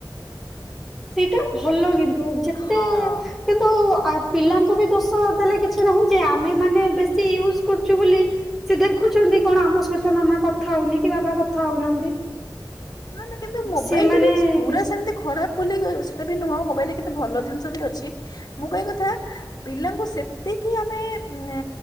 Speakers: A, in the centre; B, on the left.
A: ସେଇଟା ଭଲ କିନ୍ତୁ ଯେତେ
B: ହଁ।
A: କିନ୍ତୁ ଆ ପିଲାଙ୍କୁ ବି ଦୋଷ ଦେଲେ କିଛି ନାହିଁ ଯେ ଆମେ ମାନେ ବେଶୀ ୟୁଜ କରୁଛୁ ବୋଲି ସେ ଦେଖୁଛ ନ୍ତି କଣ ଆମ ସହିତ ମାମା କଥା ହଉନି କି ବାବା କଥା ହଉନାହାନ୍ତି।
B: ନା ନା କିନ୍ତୁ ମୋବାଇଲ
A: ସେମାନେ
B: ଟା ବି ପୁରା
A: ବେଶ୍
B: ସେମତି ଖରାପ୍ ବୋଲି ସେଟା ବି ନୁହଁ ମୋବାଇଲରେ କେତେ ଭଲ ଜିନିଷ ବି ଅଛି ମୁଁ କହିବା କଥା ପିଲାଙ୍କୁ ସେ ସେତିକି ଆମେ ଉମ